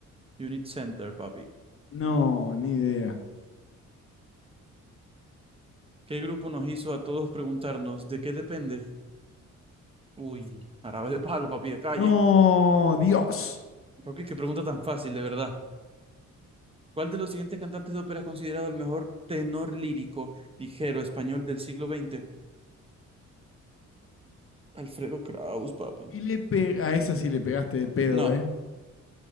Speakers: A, on the right (about 20°); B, on the left (about 45°).
A: Unit Center, papi.
B: No, ni idea.
A: ¿Qué grupo nos hizo a todos preguntarnos de qué depende? Uy, árabe de palo, papi, de calle.
B: No, Dios.
A: Papi, qué pregunta tan fácil, de verdad. ¿Cuál de los siguientes cantantes de ópera es considerado el mejor tenor lírico ligero español del siglo XX? Alfredo Kraus, papi.
B: Y le pe- a esa sí le pegaste de pedo,
A: No,
B: ¿eh?